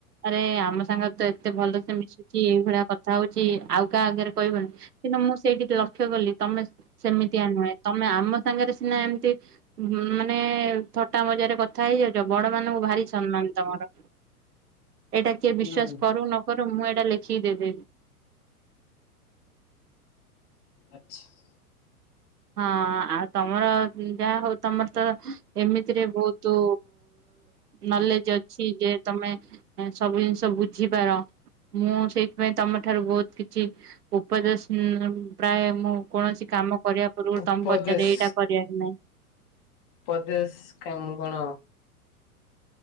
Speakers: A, on the right (about 80°); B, on the left (about 20°).
A: ଆରେ ଆମ ସାଙ୍ଗରେ ତ ଏତେ ଭଲ ସେେ ମିଶୁଛି ଏଇଭଳିଆ କଥା ହଉଚଛି ଆଉ କାହା ଆଗରେ କହିବନି। କିନ୍ତୁ ମୁଁ ସେଇଠିକି ଲକ୍ଷ୍ୟ କଲି। ତମେ ସେମିତିଆ ନୁହେଁ ତମେ ଆମ ସାଙ୍ଗରେ ସିନା ଏମିତି ମାନେ ଥଟା ମଜାରେ କଥା ହେଇଯାଉଛ ବଡ ମାନଙ୍କୁ ଭାରି ସମ୍ମାନ ତମର ଏଇଟା କିଏ
B: ହୁଁ
A: ବିଶ୍ଵାସ କରୁ ନ କର ମୁଁ ଏଇଟା ଲେଖିକି ଦେଇଦେବି।
B: ଆଚ୍ଛା।
A: ହଁ ଆଉ ତମର ଯାହା ହଉ ତମର ତ ଏମିତିରେ ବହୁତ ନଲେଜ ଅଛି ଯେ ତମେ ସବୁ ଜିନିଷ ବୁଝିପାର। ମୁଁ ସେଇଥିପାଇଁ ତମ ଠାରୁ ବହୁତ କିଛି ଉପଦେଶ ପ୍ରାୟ ମୁଁ କୌଣସି କାମ କରିବା ପୂର୍ବରୁ
B: ଉପଦେଶ
A: ତମେ ପଚାରିଲେ ଏଇଟା କରିବା କି ନାଇଁ?
B: ଉପଦେଶ କାମ କଣ?